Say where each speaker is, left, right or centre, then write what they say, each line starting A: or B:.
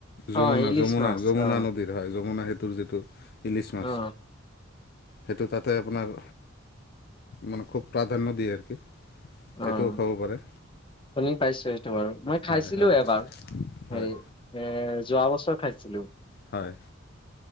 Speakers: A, on the left; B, on the left.
A: যমুনা
B: অ ইলিছ
A: যমুনা
B: মাছ
A: যমুনা
B: অ
A: নদীৰ হয়, যমুনা সেইটোৰ যিটো- ইলিছ মাছ,
B: অ
A: সেইটো তাতে আপোনাৰ মানে খুব প্ৰাধান্য দিয়ে আৰু কি।
B: অ
A: সেইটো খাব পাৰে।
B: শুনি পাইছো সেইটো বাৰু। মই খাইছিলো
A: হয় হয়
B: এবাৰ
A: হয়
B: হেৰি এৰ যোৱা বছৰ খাইছিলো।
A: হয়।